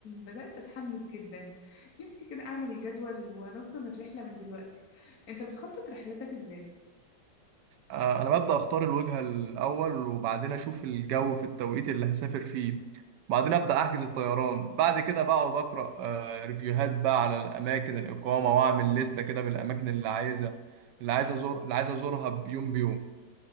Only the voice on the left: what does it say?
بدات اتحمس جدا نفسي كده اعمل جدول وانظم الرحله من دلوقتي انت بتخطط رحلتك ازاي